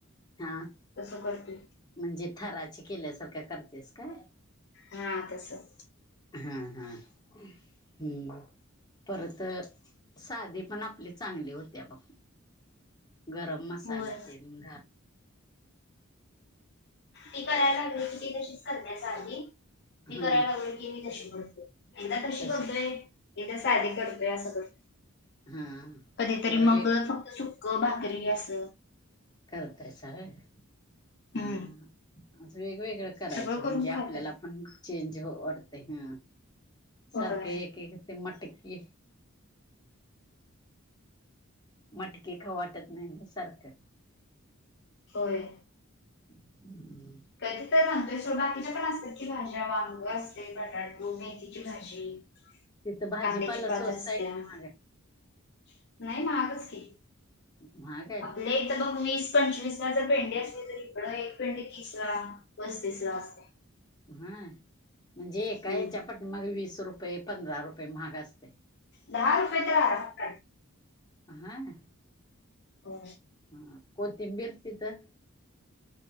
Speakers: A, on the left; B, on the left.
A: हा
B: तसं करतय.
A: म्हणजे थराची केल्यासारखं करतेस का?
B: हा तस.
A: हा हा, हम्म परत साधी पण आपली चांगली होत्या बघ. गरम मसाला
B: होय
A: तेल घा
B: ती करायला लागली की ती तशीच करण्याच साधी, मी
A: हा
B: करायला लागल की मी तशी करतोय. एकदा तशी
A: तसे
B: करतोय एकदा साधे करतोय असं करतोय.
A: हा.
B: कधीतरी
A: जरा
B: मग
A: वेग
B: फक्त सुक, भाकरी, अस.
A: करतायसा व्हय. हा,
B: हम्म
A: असं वेग -वेगळं करायचं
B: सगळं करून
A: म्हणजे आपल्याला
B: खातोय.
A: पण चेंज वाढते, हा
B: होय
A: सारखं एक एक ते मटकी मटकी खाऊ वाटत नाही सारखं.
B: होय.
A: हम <inaudible>
B: कधी तर आनतोय सोवर बाकीच्या पण असतात की भाज्या वांग असते बटाटो, मेथीची भाजी
A: तिथं भाजीपाला
B: कांद्याची पातं
A: स्वस्त
B: असत्यां
A: आहे का
B: नाहीं
A: महाग
B: नं
A: आहे?
B: की लंय महां गंच की
A: माहांग आहे
B: आपल्या तरं बघं मीस पंचवीस लां जरं पेंडी असली तरं इकडं एक पिंड तीस लां पस्तीस लां असते
A: हां म्हणजे एका
B: हम्म
A: ह्यांच्या पट्टी मंग वीस रुपये पंधरा रुपये महांग असते
B: दहा रुपये द्या लागतांत
A: हायं
B: हो
A: हां कोथिंबीर असति तरं